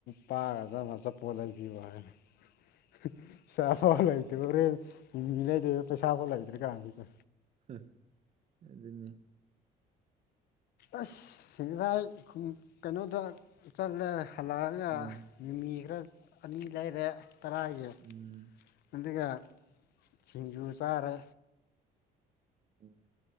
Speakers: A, on the left (about 70°); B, on the right (about 40°).
A: ꯄꯒ ꯆꯃ ꯆꯄꯣꯠ ꯂꯩꯕꯤꯌꯣ ꯍꯥꯏ <unintelligible> ꯍꯥꯎ ꯂꯩꯇꯦ ꯍꯣꯔꯦꯟ ꯃꯦꯗꯤ ꯄꯩꯁꯥꯐꯥꯎ ꯂꯩꯇ꯭ꯔꯦ ꯀꯥꯟꯖꯤꯗ
B: ꯍꯥ ꯑꯗꯨꯅꯦ
A: ꯑꯁ ꯁꯤꯝꯗꯥꯏ ꯈꯨꯝ ꯀꯩꯅꯣꯗ ꯆꯠꯂꯦ ꯍꯜꯂꯛꯑꯒ
B: ꯎꯝ
A: ꯃꯤꯃꯤ ꯈꯔ ꯑꯅꯤ ꯂꯩꯔꯦ ꯇꯔꯥꯒꯤ
B: ꯎꯝ
A: ꯑꯗꯨꯒ ꯁꯤꯡꯖꯨ ꯆꯥꯔꯦ
B: ꯎꯝ